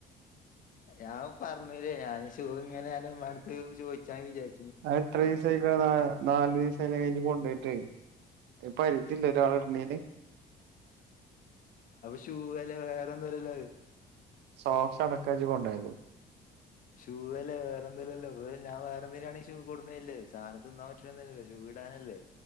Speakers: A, on the left; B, on the right.
A: ഞാൻ പറഞ്ഞില്ലേ ഞാൻ ഷൂ ഇങ്ങനെ ആണ് ഉമ്മറത്തു ഷൂ വെച്ചതാന്ന് വിചാരിച്ചു
B: എത്ര ദിവസായിക്ക നാല് ദിവസായി അത് കഴിഞ്ഞു കൊണ്ടോയിട്ട് ഇപ്പ അരിക്കില്ല ഒരാൾ ഇണീന്
A: അപ്പൊ ഷൂ അല്ല വേറെന്തല്ല
B: സോഫ അണക്കാജി കൊണ്ടായത്
A: ഷൂ അല്ലേ വേറെ എന്തേലല്ലോ അപ്പ ഞാ വേറെന്തങ്കലാണ് ഷ് ഷൂ കൊട്ന്നെര്ലെ സാനം തിന്നാൻ പറ്റ്ണെല്ലല്ലോ ഷൂവ് ഇടാനല്ലെ